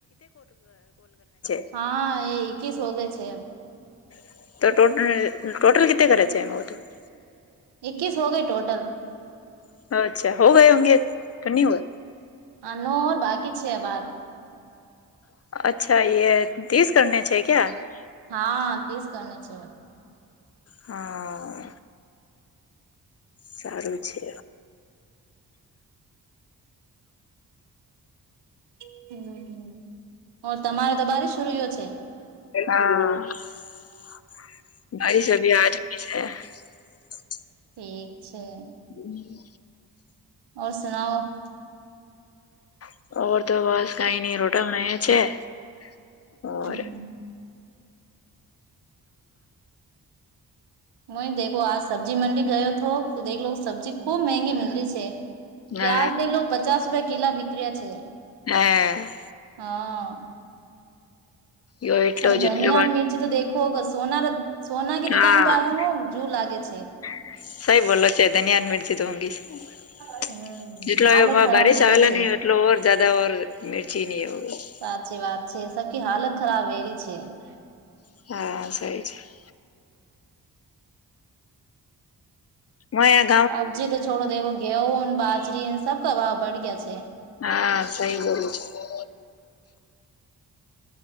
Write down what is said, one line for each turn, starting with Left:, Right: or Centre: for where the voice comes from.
Left: <unintelligible>
Right: <unintelligible>
Left: <unintelligible>
Right: <unintelligible>
Left: <unintelligible>
Right: <unintelligible>
Left: <unintelligible>
Right: <unintelligible>
Left: હા સારું છે.
Right: <unintelligible>
Left: <unintelligible>
Right: ઠીક છે.
Left: હમ
Right: <unintelligible>
Left: <unintelligible> ઓર
Right: હમ્મ. <unintelligible> <unintelligible>
Left: ને હે
Right: હા
Left: યો
Right: <unintelligible>
Left: એટલો જેટલો હા <unintelligible> <unintelligible>
Right: હમ હાલત ખરાબ વેરી છે <unintelligible>
Left: <unintelligible> મ
Right: <unintelligible>
Left: <unintelligible>